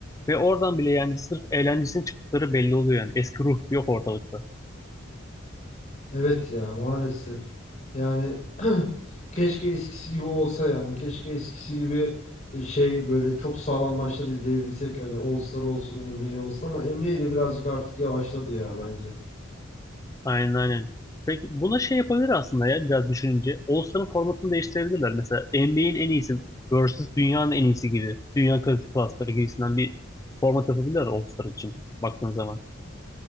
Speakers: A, on the left (about 15°); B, on the left (about 40°).
A: Ve oradan bile yani sırf eğlencesinin çıktıkları belli oluyor yani. Eski ruh yok ortalıkta.
B: Evet ya maalesef. Yani <clears throat> keşke eskisi gibi olsa yani. Keşke eskisi gibi e, şey böyle çok sağlam maçlar izleyebilsek. Hani All Star olsun, NBA olsun ama N B A de birazcık artık yavaşladı ya bence.
A: Aynen aynen. Peki buna şey yapabilir aslında ya biraz düşününce. All-Star'ın formatını değiştirebilirler. Mesela NBA'in en iyisi versus dünyanın en iyisi gibi. Dünya klas- klasları gibisinden bir format yapabilirler All-Star için baktığın zaman.